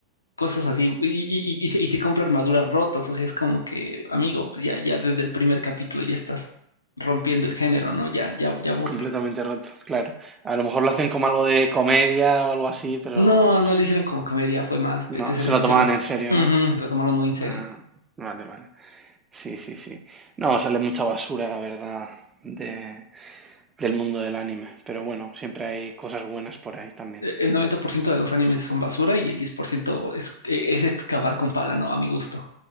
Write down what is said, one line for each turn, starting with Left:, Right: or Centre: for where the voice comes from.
Left: cosas así, y, y, y- y se, y se compra armaduras rotas, o sea, es como que, amigo, pues ya, ya desde el primer capítulo ya estás rompiendo el género, ¿no? Ya, ya, ya aburre.
Right: completamente roto, claro. A lo mejor lo hacen como algo de comedia o algo así, pero
Left: No, no
Right: pff,
Left: lo hicieron como comedia, fue más, te,
Right: no,
Left: te seré
Right: se
Left: sincero,
Right: lo tomaban en serio,
Left: ujú,
Right: ¿no?
Left: se lo tomaron muy en serio.
Right: Ah, vale, vale. Sí, sí, sí. No, sale mucha basura, la verdad, de, del mundo del anime, pero bueno, siempre hay cosas buenas por ahí también.
Left: E- El 90% de los animes son basura y el 10% es, e- es excavar con pala, ¿no? A mi gusto.